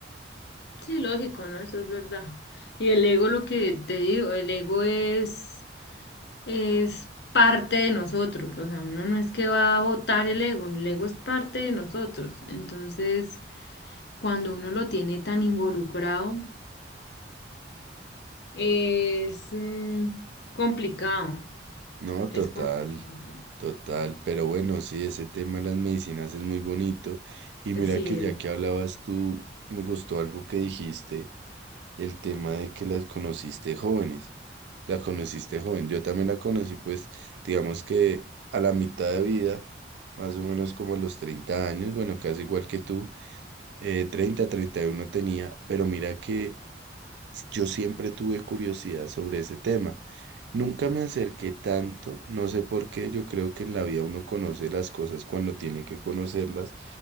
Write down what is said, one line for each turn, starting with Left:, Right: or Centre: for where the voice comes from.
Left: sí, lógico, ¿no? Eso es verdad. Y el ego, lo que te digo, el ego es, es parte de nosotros, o sea, uno no es que va a votar el ego, el ego es parte de nosotros. Entonces, cuando uno lo tiene tan involucrado, Es mm, complicado,
Right: No,
Left: es
Right: total.
Left: complicado.
Right: Total, pero bueno, sí, ese tema de las medicinas es muy bonito. Y mira
Left: Sí,
Right: que
Left: el-
Right: ya que hablabas tú, me gustó algo que dijiste, el tema de que las conociste jóvenes. La conociste joven. Yo también la conocí, pues, digamos que a la mitad de vida, más o menos como a los 30 años, bueno, casi igual que tú, eh, treinta, treinta y uno tenía, pero mira que s- yo siempre tuve curiosidad sobre ese tema. Nunca me acerqué tanto, no sé por qué, yo creo que en la vida uno conoce las cosas cuando tiene que conocerlas,